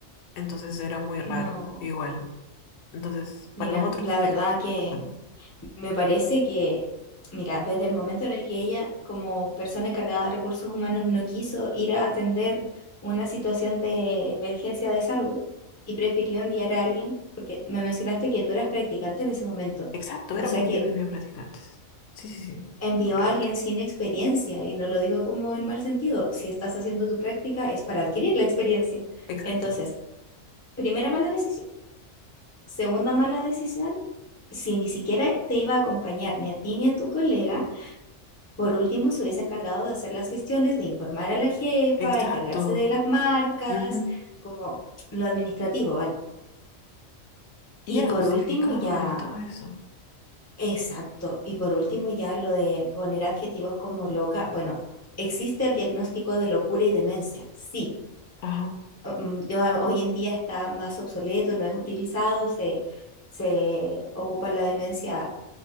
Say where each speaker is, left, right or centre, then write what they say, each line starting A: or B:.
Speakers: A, on the left (about 70°); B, on the left (about 20°).
A: Entonces era muy raro,
B: No,
A: igual. Entonces,
B: mira,
A: para nosotros,
B: la verdad que
A: ¿qué pasa?
B: Me parece que, mira, desde el momento en el que ella, como persona encargada de recursos humanos, no quiso ir a atender una situación de emergencia de salud y prefirió enviar a alguien, porque me mencionaste que tú eras practicante en ese momento,
A: Exacto, éramos
B: o sea que
A: yo y mis amigas practicantes. Sí, sí, sí,
B: envió
A: correcto.
B: a alguien sin experiencia, y no lo digo como en mal sentido, si estás haciendo tu práctica es para adquirir la experiencia.
A: Exacto,
B: Entonces, primera mala decisión. Segunda mala decisión, si ni siquiera te iba a acompañar ni a ti ni a tu colega Por último, se hubiese encargado de hacer las gestiones, de informar a la jefa,
A: exacto.
B: encargarse de las marcas,
A: ujú.
B: como lo administrativo, ¿vale?
A: Y
B: Y
A: era
B: por
A: justificable
B: último, ya,
A: y todo eso.
B: exacto, y por último, ya lo de poner adjetivos como loca. Bueno, existe el diagnóstico de locura y demencia, sí.
A: Ajá.
B: mm, yo- hoy en día está más obsoleto, no es utilizado, se, se ocupa la demencia